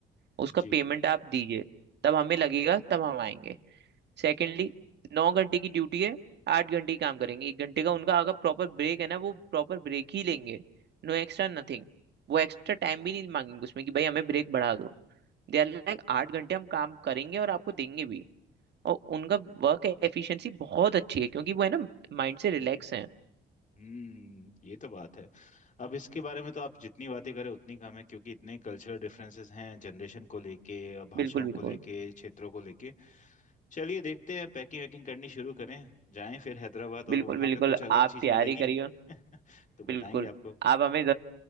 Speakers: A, on the right; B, on the left.
A: उसका
B: जी
A: पेमेंट आप दीजिए तब हमें लगेगा तब हम आएंगे सेकेंडली नौ घंटे की ड्यूटी है आठ घंटे ही काम करेंगे एक घंटे का उनका अगर प्रॉपर ब्रेक है ना वो प्रॉपर ब्रेक ही लेंगे No extra nothing वो एक्स्ट्रा टाइम भी नहीं मांगेंगे उसमें कि भाई हमें ब्रेक बढ़ा दो दे आर लाइक आठ घंटे हम काम करेंगे और आपको देंगे भी और उनका वर्क एफिशिएंसी बहुत अच्छी है क्योंकि वो है ना माइंड से रिलैक्स हैं
B: हम्म ये तो बात है अब इसके बारे में तो आप जितनी बातें करें उतनी कम है क्योंकि इतने कल्चरल डिफरेंसेस हैं जनरेशन को लेके भाषाओं
A: बिल्कुल बिल्कुल
B: को लेके क्षेत्रों को लेके चलिए देखते हैं पैकिंग वैकिंग करनी शुरू करें जाएं फिर हैदराबाद और
A: बिल्कुल
B: वहां
A: बिल्कुल
B: पे कुछ अलग
A: आप
B: चीज
A: तैयारी
B: मिलेगी
A: करिएगा
B: <laughs> तो बताएंगे
A: बिल्कुल
B: आपको
A: आप हमें